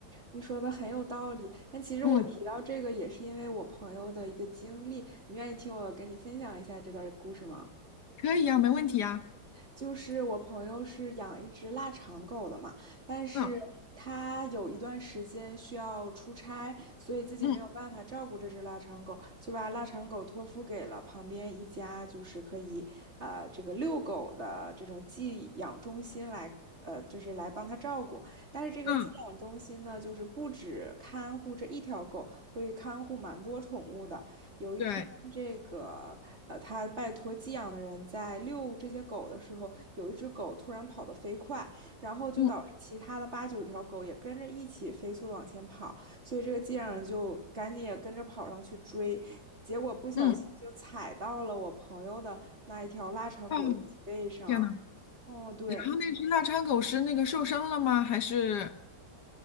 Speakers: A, on the right; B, on the left.
A: 你说的很有道理，但其实我提到这个也是因为我朋友的一个经历。
B: 嗯，
A: 你愿意听我跟你分享一下这段故事吗？
B: 可以呀、没问题呀、
A: 就是我朋友是养一只腊肠狗的嘛，但是他有一段时间需要出差，
B: 嗯
A: 所以自己没有办法照顾这只腊肠狗，
B: 嗯
A: 就把腊肠狗托付给了旁边一家就是可以呃这个遛狗的这种寄养中心来。呃，就是来帮他照顾，但是这个寄养中心呢，
B: 嗯，
A: 就是不止看护这一条狗，会看护蛮多宠物的，有一天，
B: 对，
A: 这个呃，他拜托寄养的人在遛这些狗的时候，有一只狗突然跑得飞快，然后就导致其他的八九条狗也跟着一起飞速的往前跑，
B: 嗯
A: 所以这个寄养人就赶紧也跟着跑上去追，结果不小心就踩到了我朋友的那一条腊肠狗的脊背上。
B: 嗯，哦，天呐，
A: 哦，对，
B: 然后那只腊肠狗是那个受伤了吗？还是？